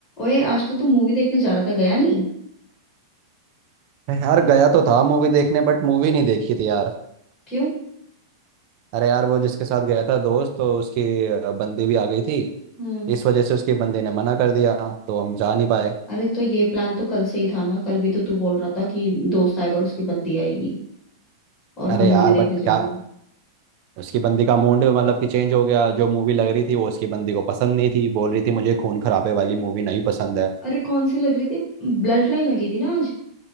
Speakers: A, on the left; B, on the right.
A: ओए आज तो तू मूवी देखने जा रहा था गया नहीं
B: यार गया तो था मूवी देखने बट मूवी नहीं देखी थी यार
A: क्यों
B: अरे यार वो जिसके साथ गया था दोस्त तो उसकी अ, बंदी भी आ गई थी
A: हम्म
B: इस वजह से उसकी बंदी ने मना कर दिया तो हम जा नहीं पाए
A: अरे तो ये प्लान तो कल से ही था ना कल भी तो तू बोल रहा था कि दोस्त आएगा और उसकी बंदी आएगी और
B: अरे
A: हम मूवी
B: यार
A: देखने
B: बट
A: जाएंगे
B: क्या उसकी बंदी का मूड मतलब कि चेंज हो गया जो मूवी लग रही थी वो उसकी बंदी को पसंद नहीं थी बोल रही थी मुझे खून खराबे वाली मूवी नहीं पसंद है
A: अरे कौन सी लग रही थी ब्लड लाइन लगी थी ना आज